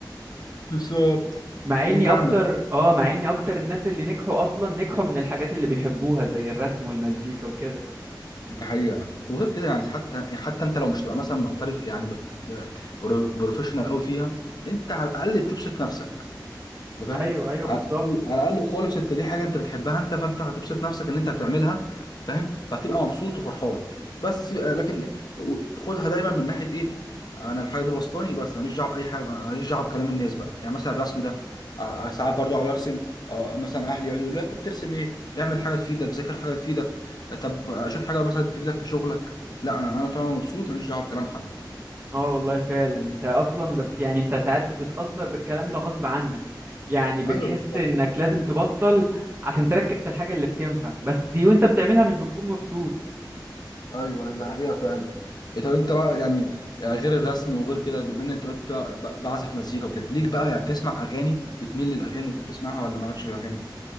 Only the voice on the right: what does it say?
مع
اني
اكتر اه مع اني اكتر الناس اللي نجحوا اصلا نجحوا من الحاجات اللي بيحبوها زي الرسم والمزيكا وكده
ايوه ايوه
بالظبط
اه والله فعلا انت اصلا بس يعني انت ساعات بتتأثر بالكلام ده غصب عنك يعني بتحس
انك لازم تبطل عشان تركز في الحاجة اللي بتنفع بس وانت بتعملها مش بتكون مبسوط